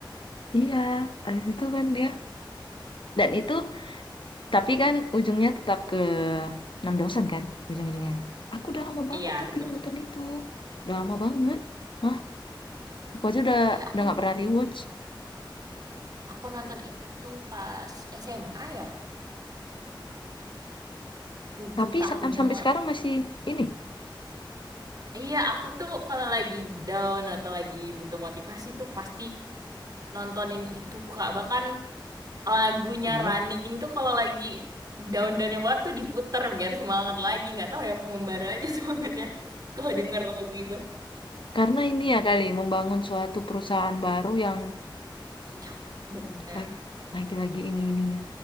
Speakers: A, on the left; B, on the right.
A: iya habis itu kan dia dan itu tapi kan ujungnya tetap ke enam dosen kan ujung-ujungnya aku udah lama
B: Iya
A: banget tapi
B: betul.
A: nonton itu udah lama banget mah aku aja udah
B: Eh aku
A: udah nggak
B: nonton,
A: pernah rewatch
B: aku nonton itu pas SMA ya. Tujuh
A: tapi
B: tahun
A: sa- sampai
B: yang lalu.
A: sekarang masih ini
B: Iya, aku tuh kalau lagi down atau lagi butuh motivasi tuh pasti nontonin itu Kak. Bahkan lagunya
A: Iya.
B: Running tuh kalau lagi down-downnya banget tuh diputer biar semangat lagi. Nggak tahu ya membara aja <laughs> semangatnya kalau denger lagu itu.
A: karena ini ya kali membangun suatu perusahaan baru yang
B: Iya, bener.
A: Lagi- lagi-lagi ini ininya.